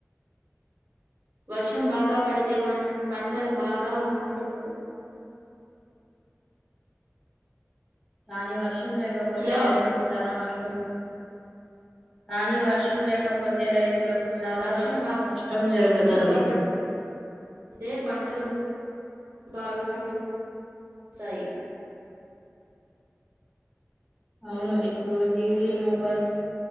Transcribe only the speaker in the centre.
రాని వర్. ర్షం లేకపోతే
రైతులకు చాలా నష్. కానీ వర్షం లేకపోతే రైతుల. <inaudible> చాలా
నష్టం జరుగుతుంది.
అవును ఇప్పుడు టీవీ, మొబైల్స్